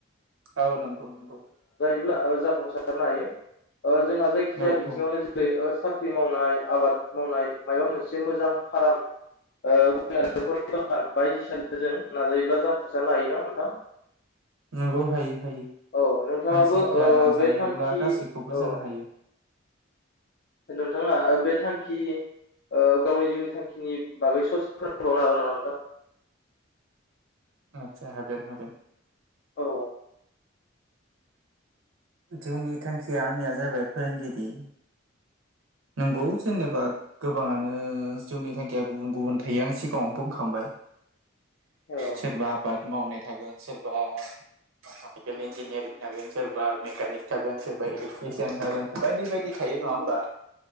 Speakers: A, on the right; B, on the left.
A: औ नोंगौ नोंगौ।
B: जाफुंसारनोब्ला जाफुंसारनो हायो। ओ जोंहा जायखिजाया
A: औ
B: बिथिङावनो
A: औ
B: जेरै - ओ साख्रि मावनाय, आबाद मावनाय मायबा मोनसे मोजां फाराम ओ बायदिसिनाजों नाजायोब्ला जाफुंसारनो हायो ना नोंथां? <inaudible>
A: नोंगौ, हायो। हायो
B: औ नोंथाङाबो
A: मानसिफ्रा
B: ओ
A: नाजायोब्ला
B: बे थांखि
A: गासैखौबो
B: औ
A: जानो हायो।
B: नोंथाङा ओ बे थांखि ओ गावनि जिउनि थांखिनि बागै ससे फोरमायबावनो हागोन नामा नोंथां?
A: आतसा, हागोन हागोन।
B: औ।
A: जिउनि थांखिया आंनिया जाबाय फोरोंगिरि।
B: <inaudible>
A: नंगौ जेनेबा गोबाङानो जिउनि थांखिया गुबुन गुबुन थायो आं सिगाङाव बुंखांबाय।
B: नामा नोंथां
A: सोरबा आबाद मावनाय थागोन सोर बा मेकानिकेल इन्जिनियारिं थागोन सोरबा मेकानिक थागोन सोरबा इलेकट्रिसियान थागोन बायदि बायदि थायो नङा होमबा?